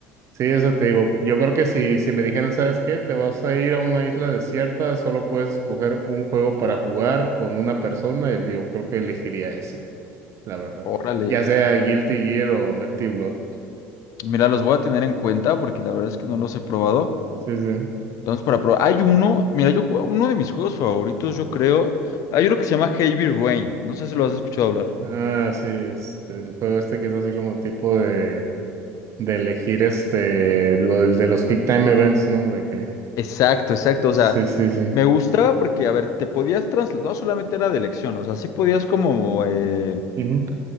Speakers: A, on the right (about 50°); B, on the left (about 55°).
A: sí, eso te digo, yo creo que si, si me dijeran, ¿sabes qué? Te vas a ir a una isla desierta, solo puedes escoger un juego para jugar con una persona, y yo creo que elegiría ese, la verdad.
B: Órale,
A: Ya sea Guilty Gear o Melty Blood.
B: mira, los voy a tener en cuenta porque la verdad es que no los he probado.
A: Sí, sí.
B: Entonces, para probar, hay uno, mira, yo jue- uno de mis juegos favoritos, yo creo, hay uno que se llama Heavy Rain, no sé si lo has escuchado hablar.
A: Ah, sí, este, el juego este que es así como tipo de de elegir este, lo del- de los peak time events, ¿no? De que,
B: Exacto, exacto,
A: sí,
B: o sea,
A: sí, sí.
B: me gustaba porque, a ver, te podías trasladar, no solamente era de elección, o sea, sí podías como eh,
A: Ujú,